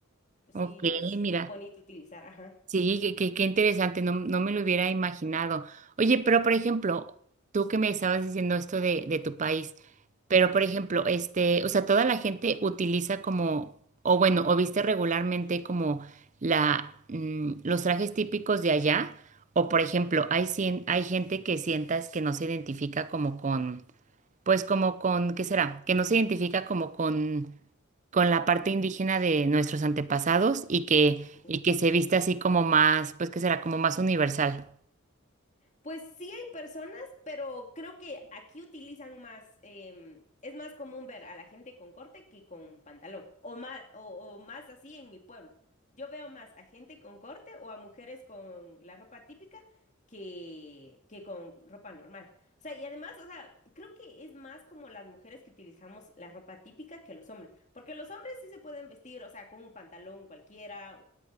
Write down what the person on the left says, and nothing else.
Pero
sí es
bonito utilizar, ajá.
Mm.
Sí,
Pues sí hay personas, pero creo que aquí utilizan más, em, es más común ver a la gente con corte que con pantalón, o más, o, o más así en mi pueblo. Yo veo más a gente con corte o a mujeres con la ropa típica que, que con ropa normal. O sea, y además, o sea, creo que es más como las mujeres que utilizamos la ropa típica que los hombres, porque los hombres sí se pueden vestir, o sea, con un pantalón cualquiera,